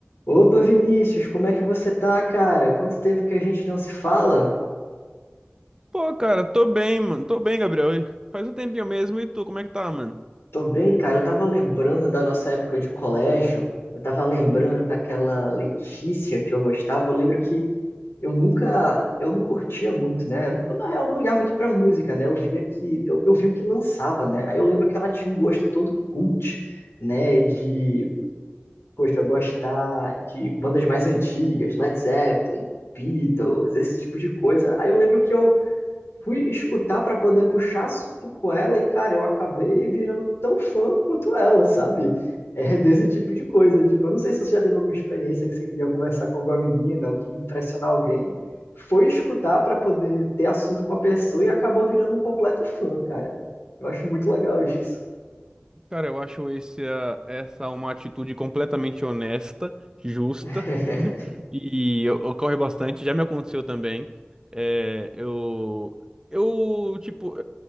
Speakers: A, on the left; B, on the right.
A: Opa, Vinícius, como é que você tá, cara? Quanto tempo que a gente não se fala?
B: Pô, cara, tô bem, mano. Tô bem, Gabriel. E Faz um tempinho mesmo. E tu, como é que tá, mano?
A: Tô bem, cara. Eu tava lembrando da nossa época de colégio. Eu tava lembrando daquela Letícia que eu gostava. Eu lembro que eu nunca, eu não curtia muito, né? Eu, na real, não ligava muito pra música, né? Eu via que, eu, eu vi o que lançava, né? Aí eu lembro que ela tinha um gosto todo cult, né? De, poxa, eu gostar de bandas mais antigas, Led Zeppelin, Beatles, esse tipo de coisa. Aí eu lembro que eu fui escutar para poder puxar assunto com ela e, cara, eu acabei virando tão fã quanto ela, sabe? É desse tipo de coisa. Tipo, eu não sei se você já teve alguma experiência que você queria conversar com alguma menina ou queria impressionar alguém. Foi escutar para poder ter assunto com a pessoa e acabou virando um completo fã, cara. Eu acho muito legal isso.
B: Cara, eu acho esse, a- essa uma atitude completamente honesta, justa
A: <laughs>
B: <laughs> e eu- ocorre bastante. Já me aconteceu também. É, eu, eu, tipo,